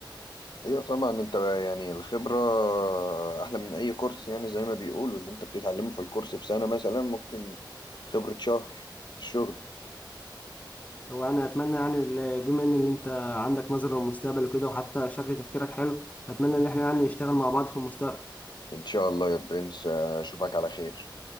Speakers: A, on the left (about 65°); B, on the left (about 20°).
A: ايوه طبعا انت يعني الخبرة احلى من اي كورس يعني زي ما بيقولوا اللي انت بتتعلمه في الكورس في سنة مثلا ممكن خبرة شهر في الشغل
B: هو انا اتمنى يعني ال- بما ان اللي انت عندك نظره للمستقبل وكده وحتى شكل تفكيرك حلو اتمنى ان احنا يعني نشتغل مع بعض في المستقبل
A: ان شاء الله يا برنس آه، اشوفك على خير